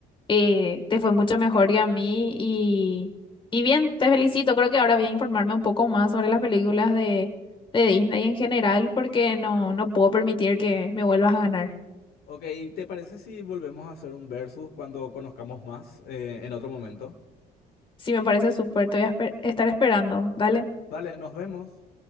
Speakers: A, on the left (about 30°); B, on the left (about 65°).
A: eh, te fue mucho mejor que a mí y, y bien, te felicito, creo que ahora voy a informarme un poco más sobre las películas de, de Disney en general porque no, no puedo permitir que me vuelvas a ganar.
B: Ok, ¿te parece si volvemos a hacer un versus cuando conozcamos más eh, en otro momento?
A: Sí, me parece súper, te voy a esper- estar esperando. Dale.
B: Dale, nos vemos.